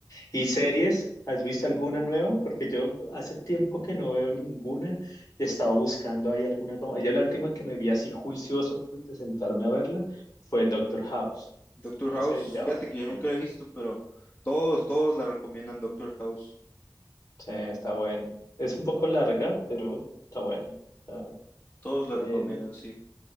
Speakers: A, on the left; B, on the left.
A: ¿Y series? ¿Has visto alguna nueva? Porque yo hace tiempo que no veo ninguna y estaba buscando ahí alguna. Como... Yo la última que me vi así juicioso pues, de sentarme a verla fue Doctor House.
B: Doctor
A: Hace
B: House,
A: ya
B: fíjate
A: bastante
B: que yo
A: tiempo.
B: nunca la he visto, pero todos, todos la recomiendan Doctor House.
A: Sí, está bueno. Es un poco larga, pero está bueno. Está-
B: Todos la
A: eh,
B: recomiendan, sí.